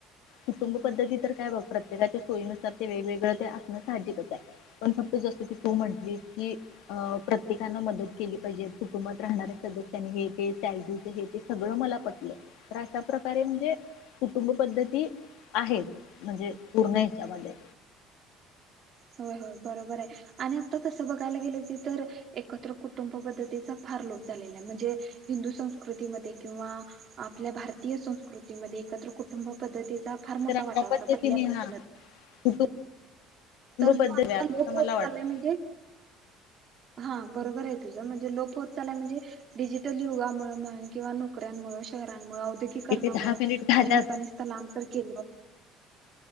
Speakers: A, on the left; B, on the right.
A: कुटुंब पद्धती तर काय ब प्रत्येकाच्या सोयीनुसार ते वेगवेगळं ते असणं साहजिकच आहे पण फक्त जसं की तू म्हटली की अ प्रत्येकानना मदत केली पाहिजे कुटुंबात राहणाऱ्या सदस्यांनी हे ते सॅलरीच हे ते सगळं मला पटलं तर अशा प्रकारे म्हणजे कुटुंब पद्धती आहेत म्हणजे पूर्ण हच्यामध्ये
B: होय होय बरोबर आहे आणि आता तसं बघायला गेलं की तर एकत्र कुटुंब पद्धतीचा फार लोप झालेला म्हणजे हिंदू संस्कृतीमध्ये किंवा आपल्या भारतीय संस्कृतीमध्ये एकत्र कुटुंब पद्धती चा फार मोठा
A: तर अशा
B: वाटा होता
A: पद्धतीने
B: पहिल्यापासूनच
A: हा कुटुंब
B: तर
A: पद्धत
B: तू आता लोप
A: मला
B: होत
A: वाटत
B: चालल म्हणजे हा बरोबर आहे तुझं म्हणजे लोप होत चालेल आहे म्हणजे डिजिटल युगामुळे म्हणजे किंवा नोकऱ्या मुळे शहरमुळे
A: इथे दहा
B: मुळे
A: मिनिट झाल्यात
B: काही लोकांनी स्थलांतर केलं